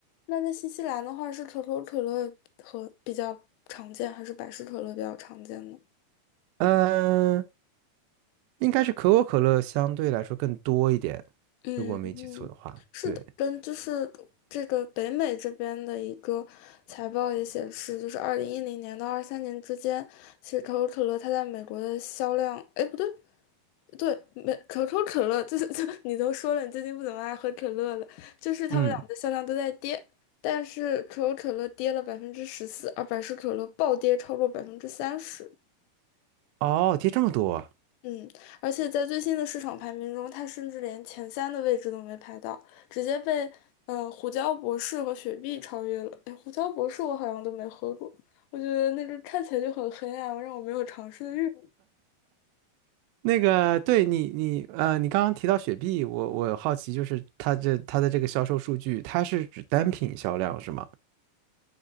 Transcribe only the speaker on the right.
嗯、应该是可口可乐相对来说更多一点，
如果没记错的话。
对，
嗯，
哦，跌这么多啊
那个，对你，你呃，你刚刚提到雪碧，我我好奇，就是它这它的这个销售数据，它是指单品销量是吗？